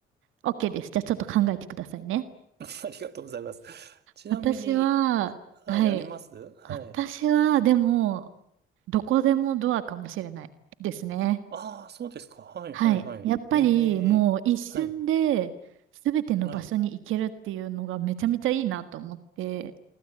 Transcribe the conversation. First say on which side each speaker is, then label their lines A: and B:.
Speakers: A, on the right; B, on the right.
A: OK です。じゃあちょっと考えてくださいね。
B: <laughs> ありがとうございます。ちなみに、
A: 私は、
B: はい、
A: はい。
B: ありますはい。
A: 私は、でも、どこでもドアかもしれないですね。
B: ああ、そうですか。はい、
A: はい。
B: はい、はい。
A: やっぱり、
B: ええ、
A: もう一瞬で、
B: はい、
A: すべての場所に行けるっていうのがめちゃめちゃいいなと思って、
B: はい。